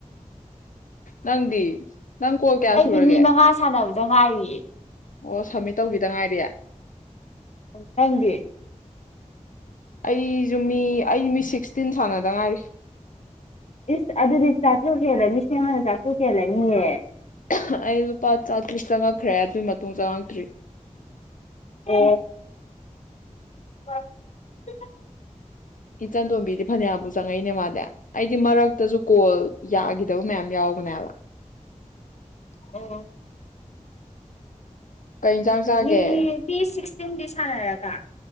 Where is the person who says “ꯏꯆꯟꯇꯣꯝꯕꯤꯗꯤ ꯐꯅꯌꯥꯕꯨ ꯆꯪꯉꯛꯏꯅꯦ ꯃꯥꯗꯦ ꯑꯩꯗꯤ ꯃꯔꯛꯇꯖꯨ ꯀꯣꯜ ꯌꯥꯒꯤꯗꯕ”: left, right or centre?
Left